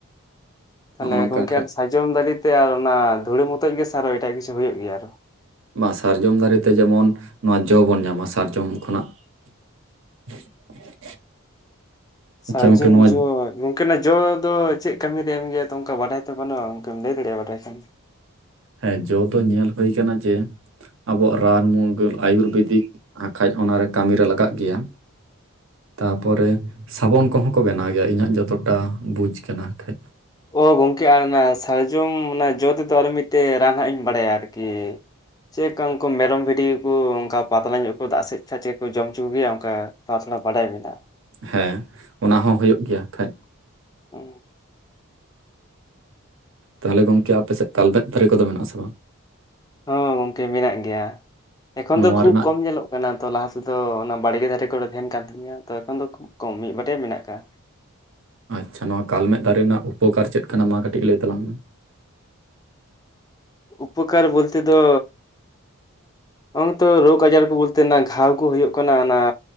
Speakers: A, on the left; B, on the right.
A: ᱛᱟᱦᱚᱞᱮ
B: ᱱᱚᱜᱼᱚ ᱱᱚᱝᱠᱟ
A: ᱜᱚᱢᱠᱮ
B: ᱠᱷᱟᱡ
A: ᱟᱨ ᱥᱟᱨᱡᱚᱢ ᱫᱟᱨᱮᱛᱮ ᱟᱨ ᱚᱱᱟ ᱫᱷᱩᱲᱟᱹ ᱢᱚᱛᱚᱡ ᱜᱮ ᱟᱨᱚ ᱮᱴᱟᱜ ᱠᱤᱪᱷᱩ ᱦᱩᱭᱩᱜ ᱜᱮᱭᱟ ᱟᱨᱚ
B: ᱵᱟᱝ ᱥᱟᱨᱡᱚᱢ ᱫᱟᱨᱮᱛᱮ ᱡᱮᱢᱚᱱ ᱱᱚᱣᱟ ᱡᱚ ᱵᱚᱱ ᱧᱟᱢᱟ ᱥᱟᱨᱡᱚᱢ ᱠᱷᱚᱱᱟᱜ <unintelligible> ᱟᱪᱪᱷᱟ
A: ᱥᱟᱨᱡᱚᱢ
B: ᱜᱚᱝᱠᱮ ᱱᱚᱣᱟ
A: ᱡᱚ ᱜᱚᱝᱠᱮᱱᱟᱜ ᱡᱚ ᱫᱚ ᱪᱮᱫ ᱠᱟᱹᱢᱤ ᱨᱮ ᱮᱢ ᱜᱮᱭᱟ ᱛᱚ ᱚᱱᱠᱟ ᱵᱟᱰᱟᱭ ᱛᱚ ᱵᱟᱹᱱᱩᱜᱼᱟ ᱚᱱᱠᱟᱢ ᱞᱟᱹᱭ ᱫᱟᱲᱮᱭᱟᱜᱼᱟ ᱵᱟᱰᱟᱭ ᱠᱷᱟᱱ
B: ᱦᱮᱸ ᱡᱚ ᱫᱚ ᱧᱮᱞ ᱦᱩᱭ ᱟᱠᱟᱱᱟ ᱡᱮ ᱟᱵᱚᱣᱟᱜ ᱨᱟᱱ ᱢᱩᱨᱜᱟᱹᱱ ᱟᱭᱩᱨᱵᱮᱫᱤᱠ ᱟᱠᱷᱟᱡ ᱚᱱᱟᱨᱮ ᱠᱟᱹᱢᱤᱨᱮ ᱞᱟᱜᱟᱣᱜ ᱜᱮᱭᱟ ᱛᱟᱯᱚᱨᱮ ᱥᱟᱵᱚᱱ ᱠᱚᱦᱚᱸ ᱠᱚ ᱵᱮᱱᱟᱣ ᱜᱮᱭᱟ ᱤᱧᱟᱹᱜ ᱡᱚᱛᱚᱴᱟ ᱵᱩᱡᱽ ᱠᱟᱱᱟ ᱠᱷᱟᱡ
A: ᱚ ᱜᱚᱢᱠᱮ ᱟᱨ ᱚᱱᱟ ᱥᱟᱨᱡᱚᱢ ᱚᱱᱟ ᱡᱚ ᱛᱮᱫᱚ ᱟᱨ ᱢᱤᱫᱴᱮᱡ ᱨᱟᱱ ᱦᱟᱜ ᱤᱧ ᱵᱟᱰᱟᱭᱟ ᱟᱨᱠᱤ ᱪᱮᱫ ᱞᱮᱠᱟ ᱩᱱᱠᱩ ᱢᱮᱨᱚᱢ ᱵᱷᱤᱰᱤ ᱭᱟᱠᱚ ᱚᱱᱠᱟ ᱯᱟᱛᱞᱟ ᱧᱚᱜ ᱟᱠᱚ ᱫᱟᱜ ᱥᱮᱡ ᱪᱮᱫ ᱠᱚ ᱡᱚᱢ ᱦᱚᱪᱚ ᱠᱚ ᱜᱮᱭᱟ ᱚᱱᱠᱟ ᱛᱷ ᱛᱷᱚᱲᱟ ᱵᱟᱰᱟᱭ ᱢᱮᱱᱟᱜᱼᱟ
B: ᱦᱮᱸ ᱚᱱᱟ ᱦᱚᱸ ᱦᱩᱭᱩᱜ ᱜᱮᱭᱟ ᱠᱷᱟᱡ
A: ᱚ
B: ᱛᱟᱦᱚᱞᱮ ᱜᱚᱝᱠᱮ ᱟᱯᱮ ᱥᱮᱫ ᱠᱟᱞᱵᱮᱫ ᱫᱟᱨᱮ ᱠᱚᱫᱚ ᱢᱮᱱᱟᱜ ᱟᱥᱮ ᱵᱟᱝ
A: ᱦᱚᱸ ᱜᱚᱝᱠᱮ ᱢᱮᱱᱟᱜ ᱜᱮᱭᱟ ᱮᱠᱷᱚᱱ
B: ᱱᱚᱣᱟ
A: ᱫᱚ ᱠᱷᱩᱵ
B: ᱨᱮᱱᱟᱜ
A: ᱠᱚᱢ ᱧᱮᱞᱚᱜ ᱠᱟᱱᱟ ᱠᱟᱱᱟ ᱛᱚ ᱞᱟᱦᱟ ᱛᱮᱫᱚ ᱚᱱᱟ ᱵᱟᱲᱜᱮ ᱫᱷᱟᱨᱮ ᱠᱚ ᱛᱟᱦᱮᱱ ᱠᱟᱱ ᱛᱤᱧᱟᱹ ᱛᱚ ᱮᱠᱷᱚᱱ ᱫᱚ ᱠᱷᱩᱵ ᱠᱚᱢ ᱢᱤᱫ ᱵᱟᱨᱭᱟ ᱢᱮᱱᱟᱜ ᱟᱠᱟᱜᱼᱟ
B: ᱟᱪ ᱪᱷᱟ ᱱᱚᱣᱟ ᱠᱟᱞᱢᱮᱫ ᱫᱟᱨᱮ ᱨᱮᱱᱟᱜ ᱩᱯᱚᱠᱟᱨ ᱪᱮᱫ ᱠᱟᱱᱟ ᱢᱟ ᱠᱟᱹᱴᱤᱡ ᱞᱟᱹᱭ ᱛᱟᱞᱟᱝ ᱢᱮ
A: ᱩᱯᱠᱟᱨ ᱵᱚᱞᱛᱮ ᱫᱚ ᱵᱟᱝ ᱛᱚ ᱨᱚᱜᱽ ᱟᱡᱟᱨ ᱠᱚ ᱵᱚᱞᱛᱮ ᱚᱱᱟ ᱜᱷᱟᱣ ᱠᱚ ᱦᱩᱭᱩᱜ ᱠᱟᱱᱟ ᱚᱱᱟ